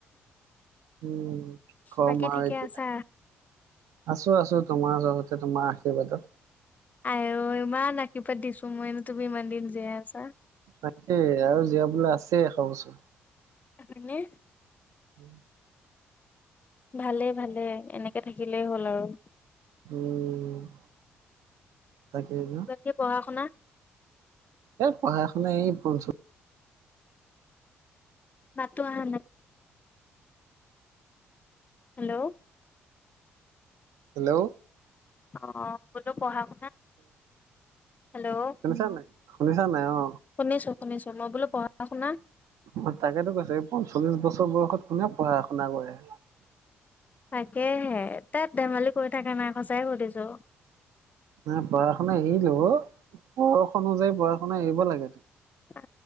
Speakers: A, on the right; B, on the left.
A: উম কমাৰ
B: বাকী ঠিকে
A: ত
B: আছা?
A: আছো আছো তোমাৰ চহতে তোমাৰ আশীৰ্বাদত।
B: আ ইমান আশীৰ পাদ দিছো মই এ তুমি ইমান দিন যিয়াই আছা।
A: তাকেই আৰু জীয়াবলৈ আছেই এশ বছৰ
B: অানে?
A: উম
B: ভালেই ভালে এনেকে থাকিলেই হ'ল আৰু
A: উম তাকেই ন
B: বাকী পঢ়া শুনা
A: এই পঢ়া শুনা এই বন চো
B: মাতটো অহা নাই হেল্ল'
A: হেল্ল'
B: অ' কোলো পঢ়া শ হেল্ল',
A: শুনিছা নাই শুনিছা নাই অ
B: শুনিছো। শুনিছো মই বোলো শুনা
A: অ' তাকেতো কৈছে পঞ্চল্লিশ বছৰ বয়সত কোনে পঢ়া শুনা কৰে?
B: তাকেহে তাত ধেমালি কৰি থাকা নাই সচাই সুধিছো।
A: ন পঢ়া শুনা এৰিলো অ' বয়স অনুযাৰি পঢ়া এৰিব লাগে।
B: আ